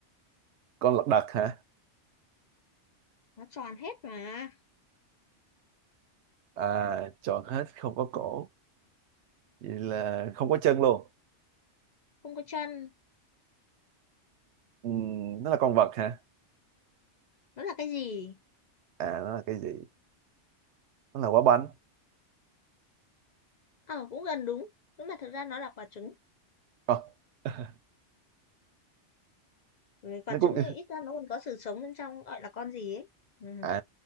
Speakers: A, on the right; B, on the left.
A: con lật đật hả
B: nó tròn hết mà
A: à tròn hết không có cổ vậy là không có chân luôn
B: không có chân
A: Ừm, nó là con vật hả
B: nó là cái gì
A: à nó là cái gì nó là quả bánh
B: ờ à, cũng gần đúng nhưng mà thực ra nó là quả trứng
A: Ờ, <laughs>
B: Ừ, quả
A: nó cũng
B: trứng thì ít ra nó còn có sự sống bên trong gọi là con gì ấy ừ.
A: à